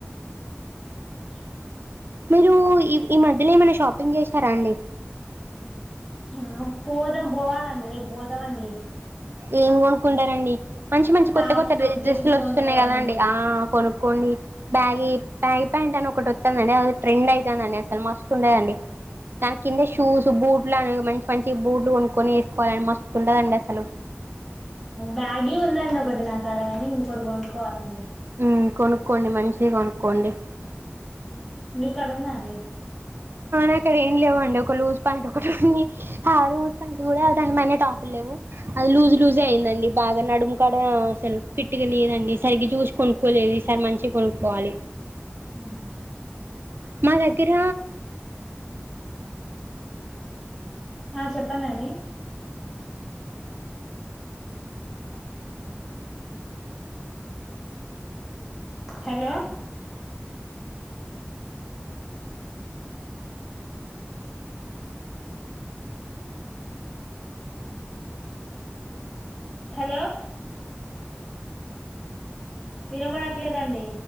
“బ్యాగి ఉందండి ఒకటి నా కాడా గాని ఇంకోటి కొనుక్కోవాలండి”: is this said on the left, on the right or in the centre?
Centre